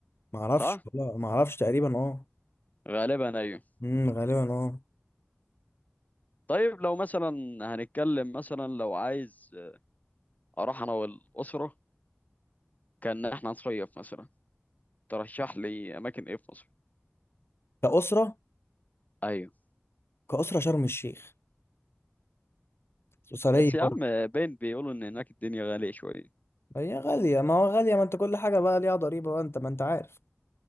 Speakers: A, on the left (about 80°); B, on the left (about 40°).
A: ما اعرفش
B: صح
A: والله ما اعرفش تقريبا اه
B: غالبا ايوه
A: امم غالبا اه
B: طيب لو مثلا هنتكلم مثلا لو عايز اروح انا والاسره كان احنا نصيف مثلا ترشح لي اماكن ايه في مصر
A: كأسرة
B: ايوه
A: كأسرة شرم الشيخ أسرية
B: بس يا
A: برضه
B: عم باين بيقولوا ان هناك الدنيا غالية شوية
A: هي غالية ما هو غالية ما انت كل حاجة بقى ليها ضريبة بقى انت ما انت عارف